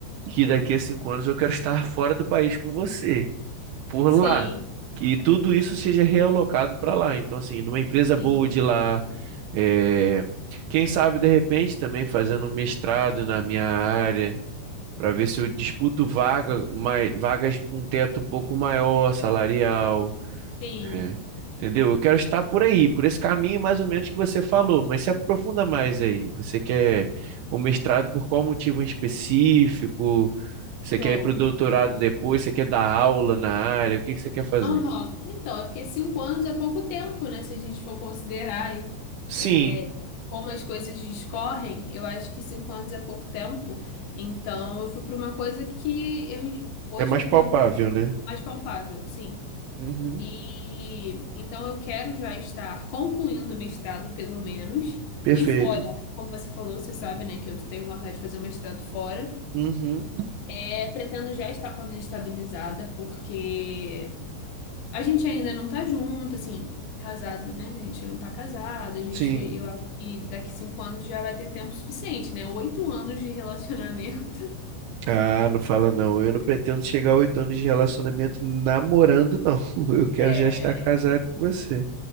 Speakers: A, on the right; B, on the left.
A: que daqui a cinco anos eu quero estar fora do país com você, por
B: Sim.
A: lá. Que tudo isso seja realocado para lá. Então, assim, numa empresa boa
B: Sim.
A: de lá, é, quem sabe de repente também fazendo um mestrado na minha área, para ver se eu disputo vaga, mai- vagas com teto um pouco maior, salarial.
B: Sim.
A: É, entendeu? Eu quero estar por aí, por esse caminho mais ou menos que você falou, mas se aprofunda mais aí. Você quer o mestrado por qual motivo em específico? Você
B: Show.
A: quer ir para o doutorado
B: Show.
A: depois? Você quer dar aula na área? O que que você quer fazer?
B: Aham. Então, é porque cinco anos é pouco tempo, né? Se a gente for considerar aí,
A: Sim,
B: é, como as coisas discorrem, eu acho que cinco anos é pouco tempo. Então, eu fui para uma coisa que eu, hoje
A: é mais
B: eu entendo
A: palpável,
B: como
A: né?
B: mais palpável, sim.
A: Uhum,
B: E então eu quero já estar concluindo o mestrado, pelo menos.
A: Perfeito.
B: E fora, como você falou, você sabe, né, que eu tenho vontade de fazer o mestrado fora.
A: uhum.
B: É, pretendo já estar com a vida estabilizada, porque A gente ainda não tá junto, assim, casado, né? A gente não tá casado, a gente,
A: Sim.
B: eu acho que daqui cinco anos já vai ter tempo suficiente, né? Oito anos de relacionamento. <laughs>
A: Ah, não fala não. Eu não pretendo chegar a oito anos de relacionamento namorando, não. <laughs> Eu quero
B: É,
A: já estar casado com você.